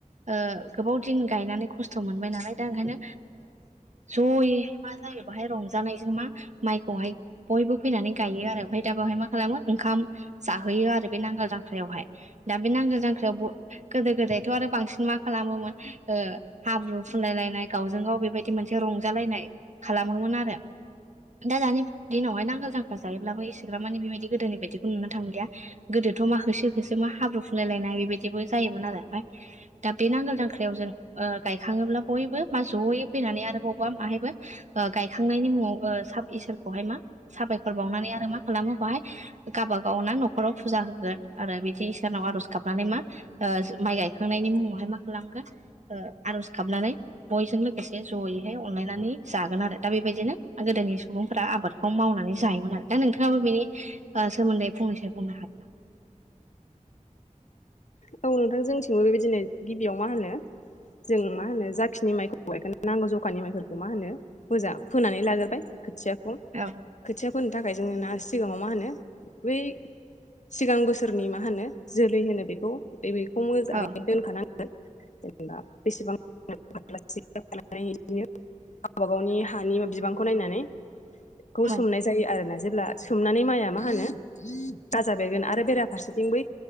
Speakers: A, on the right (about 65°); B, on the left (about 65°).
A: ओ गोबाव दिन गायनानै खस्थ' मोनबाय नालाय दा ओंखायनो ओ जयैहाय मा जा बाहाय रंजानायजों मा माइखौहाय बयबो फैनानै गायो आरो ओमफ्राय दा बेवहाय मा खालामो ओंखाम जाहोयो आरो बे नांगाल जांख्रा जांख्रयावहाय दा बे नांगाल जांख्रायाव गोदो गोदायथ' आरो बांसिन मा खालामोमोन हाब्रु फुलाय लायनाय गावजों गाव बेबायदि मोनसे रंजालायनाय खालामोमोन आरो। दा दानि दिनावहाय नांगोल जांखाल जायोब्लाबो एसेग्राब मानि बेबायदि गोदोनि बायदिखौ नुनो थांलिया। गोदोथ' मा होसो होसो मा हाब्रु फुंलायलायनाय बेबायदिबो जायोमोन आरो ओमफ्राय दा बे नांगोल दांख्रायाव जों ओ गायखाङोब्ला बयबो मा जयै फैनानै आरो बबावबा माहायबो गायखांनायनि मुङाव सा इसोरखौहाय मा साबायखर बावनानै आरो मा खालामो बेवहाय गावबागाव ना न'खराव फुजा होगोन आरो बिदि इसोरनाव आर'ज गाबनानै मा ओ माइ गायखांनायनि मुङावहाय मा खालामगोन ओ आर'ज गाबनानै बयजों लोगोसे जयैहाय अनलायनानै जागोन आरो दा बेबायदिनो गोदोनि सम सुबुंफोरा आबादखौ मावनानै जायोमोन आरो दा नोंथाङाबो बेनि सोमोन्दै ओ फंनैसो बुंनो हागोन। <unintelligible> <inaudible>
B: औ नोंथां जोंथिंबो बेबायदिनो गिबियाव मा होनो जों मा होनो जाखिनि माइखौ गायगोन नांगौ जखानि माइफोरखौ मा होनो मोजां फोनानै लाग्रोबाय खोथियाखौ
A: नामा?
B: खोथिया फोनो थाखाय जोङो ना सिगाङाव मा होनो बै सिगां बोसोरनि मा होनो जोलै होनो बेखौ बेखौ मोजाङै
A: औ
B: दोनखानांगोन जेनेबा बेसेबां <unintelligible> ओमफ्राय इदिनो गावबा गावनि हानि बिबांखौ नायनानै बेखौ
A: औ
B: सोमनाय जायो आरो ना। जेब्ला सोमनानै माइया मा होनो गाजा बेरगोन आरो बेराफारसेथिं बै